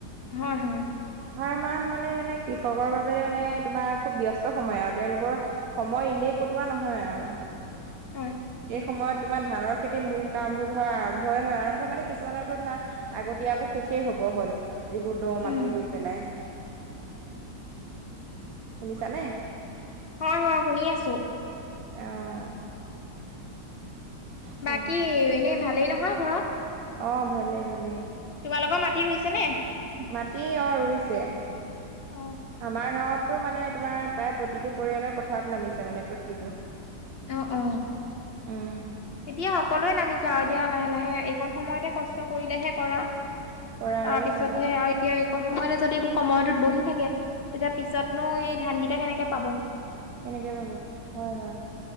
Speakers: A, on the left; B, on the right.
A: হয় হয়।
B: আহাৰ মাহ মানে মানে কৃষকৰ বাবে মানে তোমাৰ খুব ব্যস্ত সময় আৰু তেওঁলোকৰ- সময় এনে কটোৱা নহয় আৰু-
A: হয়।
B: এই সময়ত তোমাৰ ধানৰ খেতি মূল- কাম বোৰ ধৰা আৰম্ভই হয় আৰম্ভ মানে কিছুমানৰো ধৰা আগতীয়াবোৰ শেষেই হব হ'ল। যিবোৰটো মাটি
A: উম
B: ৰুই পেলাই, শুনিছানে?
A: হয় হয় শুনি আছো।
B: আহ। সেয়েহে
A: বাকী এনেই ভালেই নহয় ঘৰত?
B: অ ভালে ভালে।
A: তোমালোকৰ মাটি ৰুইছেনে?
B: মাটি অ ৰুইছে।
A: অ
B: আমাৰ গাঁৱতো মানে তোমাৰ প্ৰায় প্ৰতিটো পৰিয়ালৰ পথাৰত নামিছে মানে প্ৰতিটো।
A: আহ অ।
B: উম
A: এতিয়া সকলোৱে নামিছে আৰু এতিয়া লাহে লাহে এইকণ সময়তে কষ্ট কৰিলেহে কৰা।
B: কৰা
A: তাৰ
B: আৰু
A: পিছতহে
B: হয়
A: আৰু এতিয়া- অকল সময়তে যদি সময়টোত বহি থাকে তেতিয়া পিছতনো এই ধানকেইটা কেনেকৈ পাব।
B: কেনেকে পাব, হয় হয়।